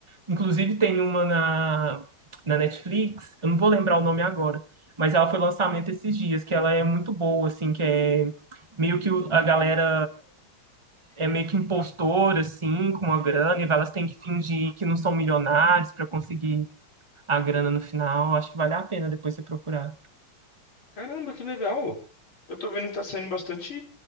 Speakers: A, on the right (about 40°); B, on the left (about 85°).
A: Inclusive tem uma na, na Netflix, eu não vou lembrar o nome agora, mas ela foi lançamento esses dias, que ela é muito boa, assim, que é meio que o- a galera é meio que impostor, assim, com a grana, e elas têm que fingir que não são milionários para conseguir a grana no final. Acho que vale a pena depois você procurar.
B: Caramba, que legal! Eu tô vendo que tá saindo bastante